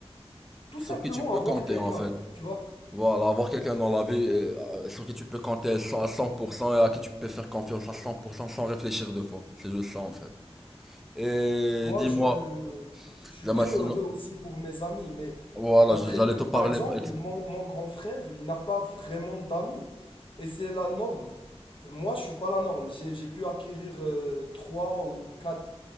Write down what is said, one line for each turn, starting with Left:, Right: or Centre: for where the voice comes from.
Left: tout
Centre: Sur
Left: simplement
Centre: qui tu peux
Left: avoir
Centre: compter,
Left: quelqu'un,
Centre: en fait.
Left: tu vois.
Centre: Voilà, avoir quelqu'un dans la vie euh, sur qui tu peux compter à 100 à 100% et à qui tu peux faire confiance à 100% sans réfléchir deux fois. C'est juste ça en fait. Et
Left: Moi,
Centre: dis-moi,
Left: je, je suis
Centre: Zama,
Left: très
Centre: sinon-
Left: heureux aussi pour mes amis, mais
Centre: voilà,
Left: d'après,
Centre: je- j'allais
Left: mes-
Centre: te parler.
Left: par exemple,
Centre: ex-
Left: mon, mon grand frère, il n'a pas vraiment d'amis. Et c'est la norme. Moi, je suis pas la norme. J'ai, j'ai pu acquérir euh, trois ou quatre